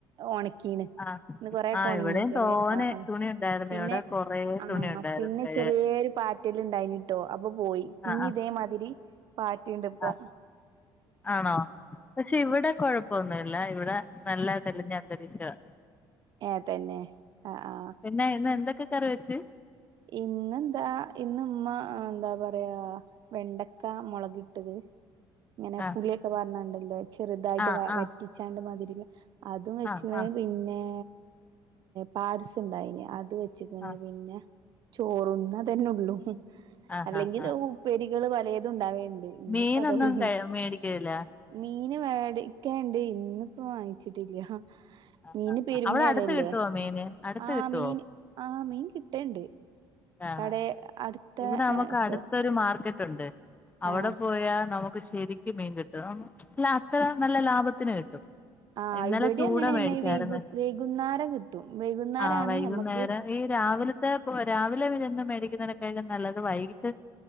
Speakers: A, on the right; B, on the left.
A: ഒണക്കീന്
B: ആഹ്
A: ഇന്ന് കൊറൊക്കെ
B: ആഹ്
A: ഒണങ്ങിക്ക്ണ്
B: ഇവിടെയും തോനെ
A: ആ ആ
B: തുണി ഉണ്ടായിരുന്നു
A: പിന്നെ
B: ഇവിടെ കൊറേ
A: ആഹ്
B: തുണി ഉണ്ടായിരുന്നു
A: പിന്നെ
B: കഴുകാൻ
A: ചെറീയരു പാറ്റല്ണ്ടായിനിട്ടോ അപ്പൊ പോയി പിന്നെ
B: ആഹ്
A: ഇതേമാതിരി പാറ്റ്ണ്ട്പ്പൊ
B: ആഹ് ആഹ് ആണോ പക്ഷെ ഇവിടെ കൊഴപ്പൊന്നുല്ല ഇവിടെ നല്ല തെളിഞ്ഞ അന്തരീക്ഷാ.
A: ഏ തന്നെ ആ ആഹ
B: ന്നെ ഇന്ന് എന്തൊക്കെ കറി വെച്ച്?
A: ഇന്നെന്താ ഇന്ന് ഇമ്മ എന്താ പറയാ. വെണ്ടക്ക മൊളക് ഇട്ടത് ഇങ്ങനെ
B: ആഹ്
A: പുളിയൊക്കെ പാർന്നണ്ടല്ലോ. ചെറുതായിട്ട്
B: ആഹ്
A: വ
B: ആഹ്
A: വറ്റിച്ചാണ്ട് മതിരില്ല അതും വെച്ച്ണ്
B: ആഹ് ആഹ്
A: പിന്നെ. പാട്സ്ണ്ടായിനി അത് വെച്ച്ക്ക്ണ്
B: ആഹ്
A: പിന്നെ ചോറു ന്നതന്നെഒള്ളു
B: ആഹ്
A: എല്ലെങ്കിൽ
B: ആഹ് ആഹ്
A: ഉപ്പേരികള് പലേത് ഉണ്ടാവേണ്ട്. ഇന്ന്പ്പോ
B: മീനൊന്നും
A: അതോ മീൻ
B: ക മേടിക്കലില്ല
A: മീൻ വേടി ക്കണ്ട് ഇന്ന്പ്പോ വാങ്ങിച്ചിട്ടില്ല.
B: ആഹ്
A: മീന്
B: ആഹ്
A: പെരുംവെലല്ലേ
B: ആഹ് അവിടെ അടുത്ത് കിട്ടുവോ മീന് അടുത്ത്
A: ആഹ്
B: കിട്ടുവോ
A: മീൻ ആഹ് മീൻ കിട്ടേണ്ട്
B: ആഹ്
A: കടേ അടുത്ത
B: ഇവിടെ നമുക്ക്
A: സ്ഥ
B: അടുത്തൊരു മാർക്ക ണ്ട് അവടെ
A: ആഹ്
B: പോയാൽ നമുക്ക് ശരിക്കും മീൻ കിട്ടും അ <unintelligible> നല്ല ലാഭ ത്തിന് കിട്ടും.
A: ആ
B: ഇന്നലെ
A: ഇവിടെ
B: ചൂട
A: അങ്ങനെ തന്നെ
B: മേടിച്ചായിരുന്നു
A: വൈകു വൈകുന്നാരം കിട്ടും വൈകുന്നാരാണ്
B: ആ വൈകുന്നേരം
A: മ്മക്ക്
B: ഈ രാവിലത്തെ പോ രാവിലെ വിരന്ന് മേടിക്കുന്ന <unintelligible> നല്ലത് വൈകിട്ട്